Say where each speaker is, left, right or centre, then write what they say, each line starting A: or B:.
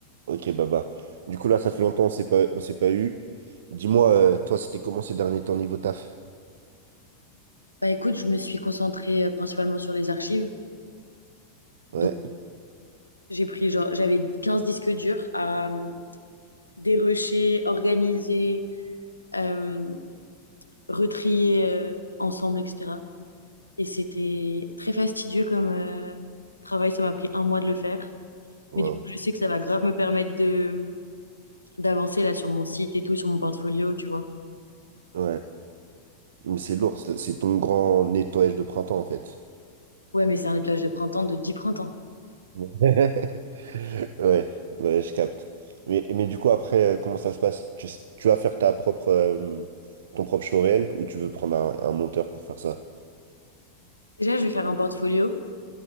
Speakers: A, on the right (about 60°); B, on the left (about 80°).
A: Ok, Baba. Du coup, là, ça fait longtemps, on s'est pas, on s'est pas eu. Dis-moi, euh, toi, c'était comment ces derniers temps niveau taf?
B: Bah écoute, je me suis concentrée euh, principalement sur les archives.
A: Ouais.
B: Donc j'ai pris genre j'avais 15 disques durs à euh, dérocher, organiser, euh, retrier euh, ensemble, etc. Et c'était très fastidieux comme euh, travail. Ça m'a pris un mois de le faire.
A: Wow.
B: Mais du coup, je sais que ça va grave me permettre de euh, d'avancer là sur mon site et tout, sur mon portfolio, tu vois.
A: Ouais. Mais c'est lourd, c'est c'est ton grand nettoyage de printemps, en fait.
B: Ouais, mais c'est un nettoyage de printemps de 10 printemps.
A: <laughs> Ouais, ouais, je capte. Mais, mais du coup, après, euh, comment ça se passe? Tu, tu vas faire ta propre, euh, ton propre showreel ou tu veux prendre un, un monteur pour faire ça?
B: Déjà, je vais faire un portfolio